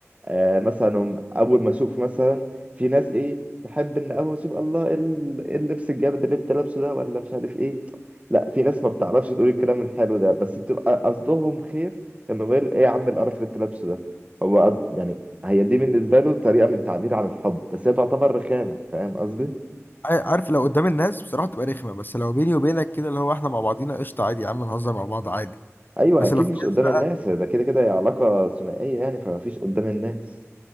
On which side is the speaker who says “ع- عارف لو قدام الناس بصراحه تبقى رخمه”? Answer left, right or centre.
Left